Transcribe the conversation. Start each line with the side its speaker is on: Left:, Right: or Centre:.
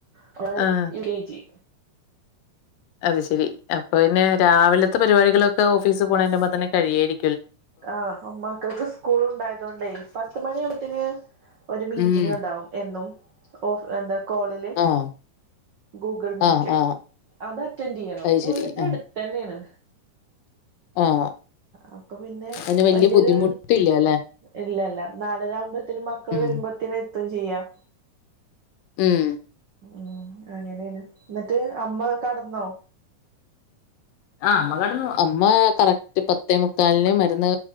Right: ഒരാള്
Left: ആഹ്
Right: യു കെ ജി
Left: അത് ശരി അപ്പൊ പിന്നെ രാവിലെത്തെ പരിപാടികളൊക്കെ ഓഫീസ് പോണേ മുമ്പേ തന്നെ കഴിയായിരി
Right: ആഹ് മക്കൾക്ക് സ്കൂൾ ഉണ്ടായതുകൊണ്ടേ പത്ത് മണി ആവുമ്പത്തേന് ഒരു മീറ്റിംഗ്
Left: ഉം
Right: ഒണ്ടാവും എന്നും ഓഫ് എന്താ കോളില്
Left: ആഹ്
Right: ഗൂഗിൾ മീറ്റ്
Left: ആഹ് ആഹ്
Right: അത് അറ്റൻഡ് ചെയ്യണം
Left: അത്
Right: വീടിന്റെ
Left: ശരി ആഹ്
Right: അടി തന്നെയാണ്
Left: ആഹ്
Right: അപ്പെ പിന്നെ
Left: അതിന് വല്യ
Right: വല്യായെരു
Left: ബുദ്ധിമുട്ടില്ല അല്ലെ
Right: ഇല്ലല്ല നാലരവുമ്പത്തേനും മക്കള്
Left: ഉം
Right: വരുമ്പത്തേന് എത്തും ചെയ്യാം
Left: ഉം
Right: ഉം അങ്ങനേണ്. ഇന്നട്ട് അമ്മ കട്ന്നോ?
Left: ആഹ് അമ്മ കെട്ന്നു. അമ്മ കറക്റ്റ് പത്തേ മുക്കാലിന് മരുന്ന്